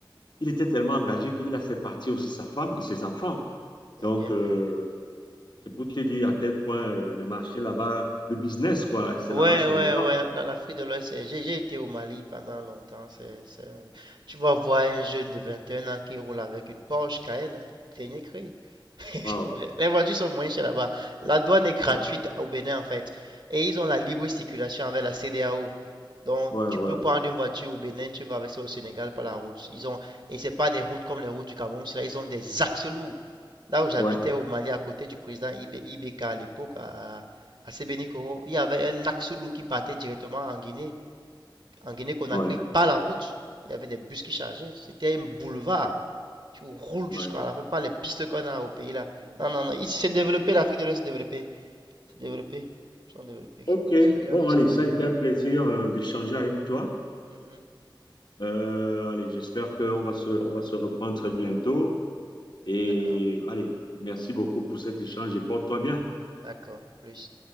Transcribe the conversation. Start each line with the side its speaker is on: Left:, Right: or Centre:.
Left: il était tellement engagé qu'il a fait partir aussi sa femme et ses enfants.
Right: Il
Left: Donc,
Right: y a bien
Left: euh,
Right: fait. hein.
Left: C'est pour te dire à quel point euh, le marché là-bas, le business, quoi, c'est
Right: Ouais,
Left: là-bas, c'est
Right: ouais,
Left: intense.
Right: ouais, la- l'Afrique de l'Ouest, c'est- j'ai j'ai été au Mali pendant longtemps. c'est, c'est Tu vas voir un jeune de 21 ans qui roule avec une Porsche Cayenne, hein, dernier cri. <laughs>
Left: Wow.
Right: Les les voitures sont moins chères là-bas. La douane est gratuite
Left: Wow.
Right: au Bénin en fait. Et ils ont la libre circulation avec la CEDEAO. Donc
Left: Ouais,
Right: tu
Left: ouais,
Right: peux prendre une voiture au Bénin, tu vas avec ça au Sénégal par la route. Ils ont et c'est pas des routes comme les routes du Cameroun, là ils ont des axes lourds. Là où j'habitais
Left: ouais,
Right: au Mali à côté du président Ibé- IBK à l'époque à à Sebenikoro, il y avait un axe lourd qui partait directement en Guinée, en Guinée-Conakry,
Left: ouais,
Right: par la route. Il y avait des bus qui chargeaient. C'était un boulevard. Tu roules
Left: ouais.
Right: jusqu'à
Left: ouais.
Right: la fin, pas les pistes qu'on a au pays là. Non, non, non. Ici, c'est développé. L'Afrique de l'Ouest s'est développée. C'est développé. Ils sont développés,
Left: OK.
Right: ça. C'est les gars
Left: Bon,
Right: qui
Left: allez,
Right: se battent.
Left: ça a été un plaisir euh, d'échanger avec toi.
Right: Mhm.
Left: Euh, allez, j'espère qu'on va se, on va se reprendre très bientôt. Et
Right: D'accord.
Left: allez, merci beaucoup pour cet échange et porte-toi bien.
Right: D'accord. Plus.